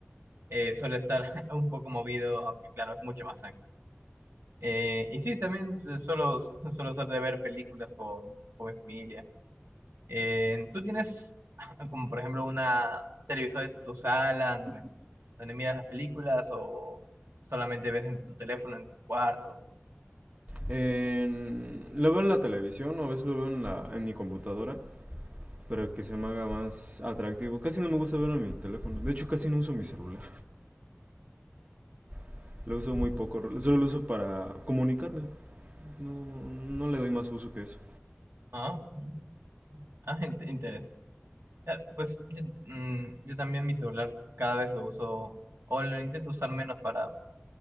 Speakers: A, on the right; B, on the right.
A: eh, suele estar <laughs> un poco movido, aunque claro, es mucho más sangre. Eh, y sí, también su- suelo, suelo ser de ver películas con, con mi familia. Eh, ¿tú tienes <laughs> como por ejemplo una un televisor en tu sala donde, donde miras las películas o solamente ves en tu teléfono, en tu cuarto?
B: En- lo veo en la televisión o a veces lo veo en la, en mi computadora. para que se me haga más atractivo. Casi no me gusta verlo en mi teléfono. De hecho, casi no uso mi celular. <laughs> Lo uso muy poco. Solo lo uso para comunicarme. No, no le doy más uso que eso.
A: Ah, mm, ah, in- interesante. Ya, Pues yo, mm, yo también mi celular cada vez lo uso, o lo intento usar menos para,